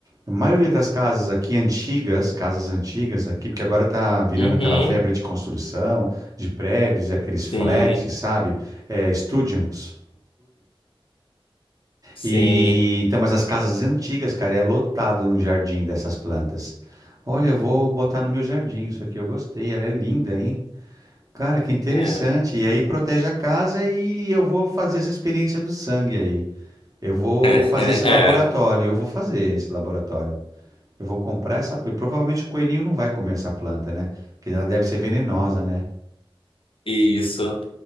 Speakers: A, on the right; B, on the left.
A: a maioria das casas aqui antigas, casas antigas aqui, porque agora tá virando
B: uhum,
A: aquela febre de construção, de prédios e aqueles flats,
B: sim,
A: sabe? É, studios,
B: sim.
A: e então, mas as casas antigas, cara, é lotada no jardim dessas plantas. Olha, eu vou botar no meu jardim isso aqui, eu gostei, ela é linda, hein? Cara, que interessante.
B: É,
A: E aí protege a casa e eu vou fazer essa experiência do sangue aí. Eu vou
B: é,
A: fazer
B: <laughs>
A: esse laboratório,
B: é,
A: eu vou fazer esse laboratório. Eu vou comprar essa planta. Provavelmente o coelhinho não vai comer essa planta, né? Porque ela deve ser venenosa, né?
B: isso.